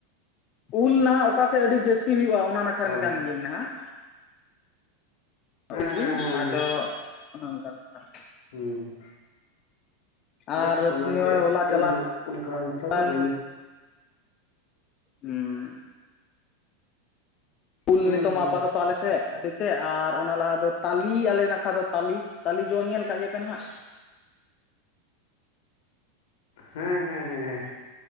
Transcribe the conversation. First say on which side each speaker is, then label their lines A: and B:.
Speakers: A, on the left; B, on the left.
A: ᱩᱞ ᱱᱟᱦᱟᱜ ᱚᱠᱟᱥᱮᱫ ᱟᱹᱰᱤ ᱡᱟᱹᱥᱛᱤ ᱦᱩᱭᱩᱜᱼᱟ ᱚᱱᱟ ᱱᱟᱠᱷᱟ
B: ᱚ
A: ᱨᱮᱱ ᱠᱟᱱ ᱜᱤᱭᱟᱹᱧ ᱱᱟᱦᱟᱜ᱾
B: ᱦᱮᱸ
A: ᱩᱱ ᱜᱮᱧ
B: ᱦᱮᱸ ᱦᱮᱸ
A: ᱟᱫᱚ ᱚᱱᱮ ᱚᱝᱠᱟ ᱵᱮᱯᱟᱨ᱾
B: ᱦᱩᱸ᱾ ᱵᱤᱨᱟᱴ
A: ᱟᱨ
B: ᱚᱱᱟ
A: ᱱᱚᱜᱼᱚᱭ
B: ᱜᱮ
A: ᱦᱚᱞᱟ ᱪᱟᱞᱟᱣ
B: ᱤᱧ ᱦᱚᱸ ᱚᱱᱠᱟ ᱪᱷᱟ ᱫᱚ
A: ᱮᱱ
B: ᱵᱟᱹᱧ
A: ᱦᱩᱸ ᱩᱞ
B: ᱦᱩᱸ
A: ᱱᱤᱛᱚᱜ
B: ᱦᱩᱸ
A: ᱢᱟ ᱟᱯᱟᱛᱚᱛᱚ ᱟᱞᱮᱥᱮᱫ ᱟᱹᱰᱤ ᱛᱮ ᱟᱨ ᱚᱱᱟ ᱞᱟᱦᱟ ᱫᱚ ᱛᱟᱞᱤ ᱟᱞᱮ ᱱᱟᱠᱷᱟ ᱫᱚ ᱛᱟᱞᱤ ᱛᱟᱞᱮ ᱡᱚ ᱧᱮᱞ ᱠᱟᱜ ᱜᱮᱯᱮ ᱱᱟᱦᱟᱜ
B: ᱦᱮᱸ ᱦᱮᱸ ᱦᱮᱸ,